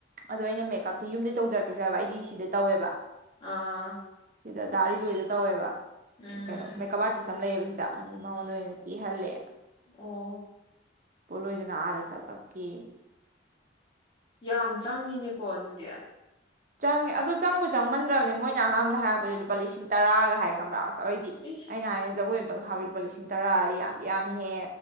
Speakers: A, on the right; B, on the left.
A: ꯑꯗꯣ ꯑꯩꯅ ꯃꯦꯀꯞꯁꯦ ꯌꯨꯝꯗꯩ ꯇꯧꯖꯔꯛꯀꯦꯁꯨ ꯍꯥꯏꯕ ꯑꯩꯗꯤ ꯁꯤꯗ ꯇꯧꯋꯦꯕ
B: ꯑꯥ
A: ꯁꯤꯗ ꯗꯥꯔꯤꯗꯨꯣꯏꯗ ꯇꯧꯋꯦꯕ
B: ꯎꯝ
A: ꯀꯩꯅꯣ ꯃꯦꯀꯞꯔꯤꯁ ꯁꯝ ꯂꯩꯌꯦꯕꯁꯤꯗ ꯑꯗꯨꯅ ꯃꯉꯣꯟꯗ ꯑꯣꯏꯅ ꯀꯤꯍꯜꯂꯦ
B: ꯑꯣ
A: ꯄꯣꯂꯣꯣꯏꯅꯥꯔꯦ ꯆ ꯀꯦ
B: ꯌꯥꯝ ꯆꯪꯉꯤꯅꯦꯀꯣ ꯑꯗꯨꯗꯤ
A: ꯆꯪꯉꯦ ꯑꯗꯨ ꯆꯪꯕꯨ ꯆꯪꯃꯟꯗ꯭ꯔꯕꯅꯤ ꯃꯣꯏꯅ ꯑꯍꯥꯟꯕꯗ ꯍꯥꯏꯔꯛꯄꯗꯤ ꯂꯨꯄꯥ ꯂꯤꯁꯤꯡ ꯇꯔꯥꯒ ꯍꯥꯏꯕ꯭ꯔꯥ ꯑꯁ ꯑꯣꯏꯗꯤ
B: ꯏꯁ
A: ꯑꯩꯅ ꯍꯥꯏ ꯖꯒꯣꯏ ꯈꯤꯇꯪ ꯁꯥꯕꯤ ꯂꯨꯄꯥ ꯂꯤꯁꯤꯡ ꯇꯔꯥ ꯌꯥꯝꯗꯤ ꯌꯥꯝꯍꯦ